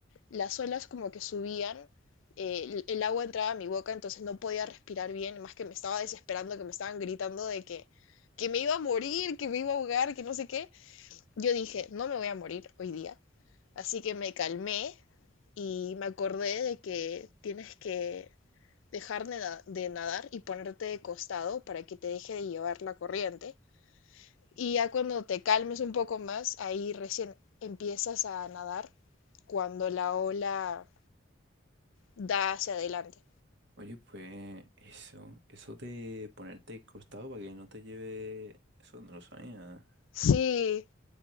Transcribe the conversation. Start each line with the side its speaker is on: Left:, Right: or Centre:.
Left: las olas como que subían, eh, el, el agua entraba a mi boca, entonces no podía respirar bien, más que me estaba desesperando, que me estaban gritando de que, que me iba a morir, que me iba a ahogar, que no sé qué. Yo dije, no me voy a morir hoy día. Así que me calmé y me acordé de que tienes que dejar de, na- de nadar y ponerte de costado para que te deje de llevar la corriente. Y ya cuando te calmes un poco más, ahí recién empiezas a nadar cuando la ola da hacia adelante.
Right: Oye, pues eso, eso de ponerte de costado para que no te lleve, eso no lo sabía.
Left: Sí,